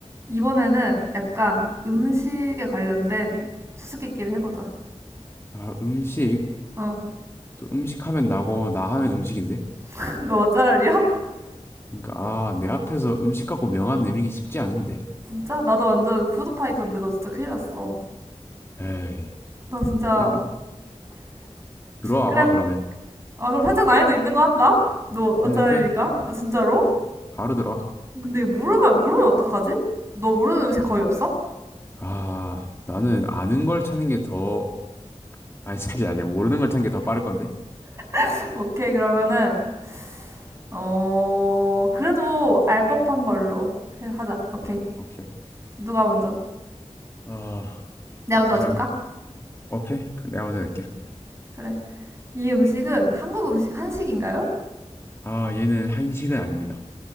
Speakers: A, on the right (about 25°); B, on the left (about 20°).
A: 이번에는 약간 음식에 관련된 수수께끼를 해보자.
B: 아, 음식.
A: 어.
B: 또 음식 하면 나고, 나 하면 음식인데?
A: <laughs> 너 맛잘알이야? <laughs>
B: 그러니까, 아, 내 앞에서 음식 갖고 명함 내밀기 쉽지 않은데.
A: 진짜? 나도 완전 푸드파이터인데 너 진짜 큰일 났어.
B: 에이,
A: 너 진짜.
B: 야, 뭐, 들어와
A: 그래.
B: 봐, 그러면.
A: 아, 그럼 살짝 난이도 있는 거 한다? 너 맛잘알이니까?
B: 음, 오케이.
A: 아, 진짜로?
B: 바로 들어와.
A: 근데 이거 모르면, 모르면 어떡하지? 너 모르는 음식 거의 없어?
B: 아, 나는 아는 걸 찾는 게 더, 아니, 사실 아니야. 모르는 걸 찾는 게 더 빠를 건데?
A: <laughs> 오케이, 그러면은, 어, 그래도 알 법한 걸로 해, 하자. 오케이.
B: 오케이.
A: 누가 먼저?
B: 아,
A: 내가 먼저 맞출까?
B: 그럼, 오케이. 그럼 내가 먼저 낼게.
A: 그래. 이 음식은 한국 음식, 한식인가요?
B: 아, 얘는 한식은 아닙니다.